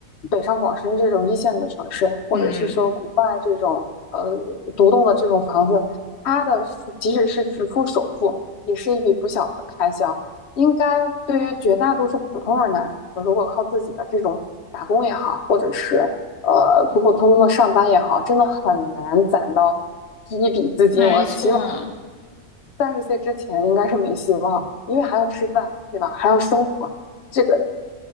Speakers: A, on the left; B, on the left.
A: 北上广深这种一线的城市，或者是说国外这种呃独栋的这种房子，
B: 嗯，
A: 它的即使是只付首付，也是一笔不小的开销。应该对于绝大多数普通人来说，如果靠自己的这种打工也好，或者是呃普普通通的上班也好，真的很难攒到第一笔资金。
B: 没错，
A: 我起码三十岁之前应该是没希望，因为还要吃饭，对吧？还要生活，这个